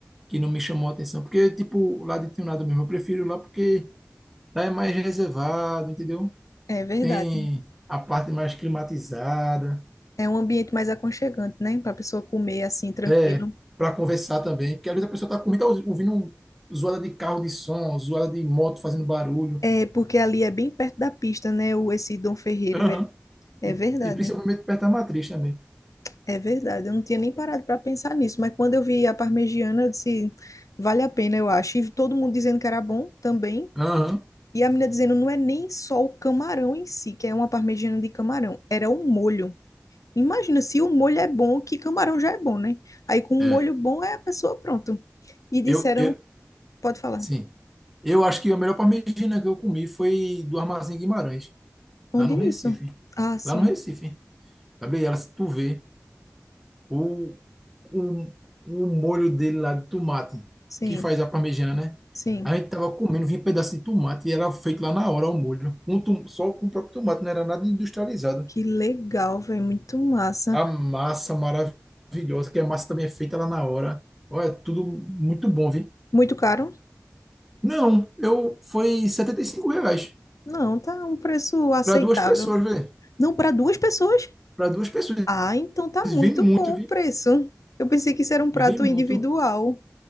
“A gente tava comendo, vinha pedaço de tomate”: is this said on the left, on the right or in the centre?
Centre